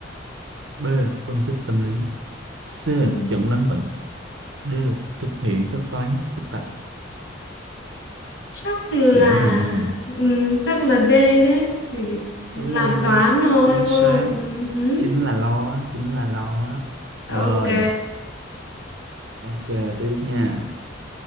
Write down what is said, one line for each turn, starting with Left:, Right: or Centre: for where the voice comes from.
Right: B. Phân tích tâm lý C.
Left: ừ.
Right: Chẩn đoán bệnh D. Thực hiện phép toán phức tạp
Left: chắc là
Right: Dễ mà
Left: ừ, chắc là D đấy chỉ làm
Right: Đúng rồi,
Left: toán thôi
Right: chính
Left: đúng
Right: xác
Left: không Ừ, hứ.
Right: Chính là lo, á, chính là lo á.
Left: ok
Right: Rồi, ok tiếp nha